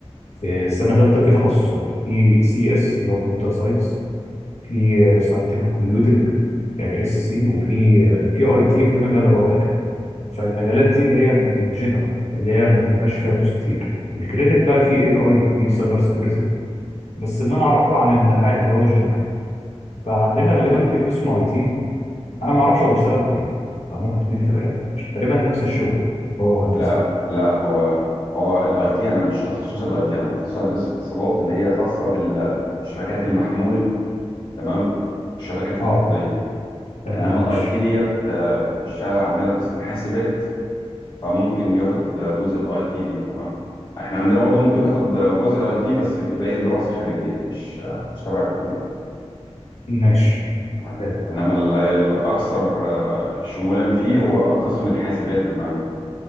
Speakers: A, on the left (about 80°); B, on the left (about 50°).
A: في السنة التالتة في تخصصات في سي اس اللي هو كمبيوتر ساينس في ساينتفك كومبيوتنج اس سي وفي آه، في اي تي وفي مجال رابع كده فالمجالات دي اللي هي ال- الجنرال اللي هي ما بتدفعش فيها فلوس كتير الكريدت بقى في اي اي في سايبر سيكيورتي بس اللي انا اعرفه عن العادي اللي هو جنرال فعندنا غالبا
B: تمام.
A: في قسم اي تي انا ما اعرفش هو بيشتغل في ايه فممكن تديني فكره مش تقريبا نفس الشغل هو هندسه
B: لا لا هو هو الاي تي انا مش تخصصي الاي تي انا متخصص هندسه اتصالات اللي هي خاصه بال- بالشبكات المحمول تمام والشبكات الارضيه
A: اه تمام
B: انما
A: ماشي
B: الاي تي ديت آه، بيخشها عندنا قسم حاسبات فممكن بياخد جزء الاي تي دي تمام احنا عندنا برضو ممكن ناخد جزء اي تي بس بتبقى ايه دراسة خارجية مش مش تبع الكلية
A: ماشي
B: تمام
A: حلو
B: انما ال- الاكثر آه، شمولا فيه هو قسم الحاسبات والمعلومات